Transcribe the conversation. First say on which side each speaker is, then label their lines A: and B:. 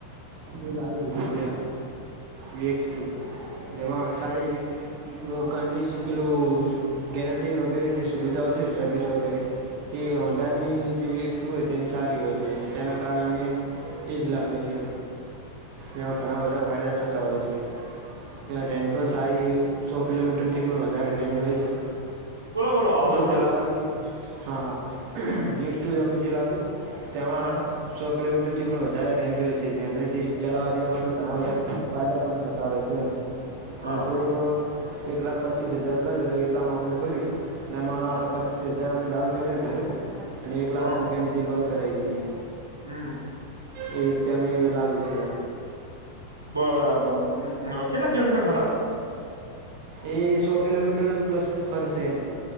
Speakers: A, on the right; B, on the right.
A: એ લાવી દીધું છે વીએક્સ ટુ જેમાં સારી એવી કડિ પેલું ગેરંટી વગેરે જે સુવિધાઓ છે સર્વિસ વગેરે તે હોંડાની વસ્તુ હોય તેની સારી હોય છે તેના કારણે અમે એજ લાવ્યું છે. એમાં ઘણા બધા ફાયદા થતા હોય છે. ત્યાં રેન્જ પણ સારી સો કિલોમીટરથી પણ વધારે રેન્જ હોય છે.
B: બોલો બોલો હવે
A: જે
B: બોલો
A: ચલાવાથી હા હા વસ ટુ અમે જે લાવ્યું તેમાં
B: હા
A: સો કિલોમીટર થી પણ વધારે રેન્જ હોય છે જેનાથી ચલાવવાથી આપણને ઘણા બધા ફાયદા પણ થતા હોય છે.
B: હા
A: અને થોડુંક એક લાખ પચીસ હજાર ગણી રહ એટલામાં અમને પડ્યું એમાં
B: હા
A: પચીસ હજાર અમે ડાઉન પેમેન્ટ ભર્યું અને એક
B: હા
A: લાખ રૂપિયાની જે લોન કરાવી દીધી
B: હમ
A: એવી રીતે અમે એ લાવી છે.
B: બરાબર કેટલા કિલોમીટર ફરા
A: એ સો કિલોમીટર પ્લસ ફરશે એમ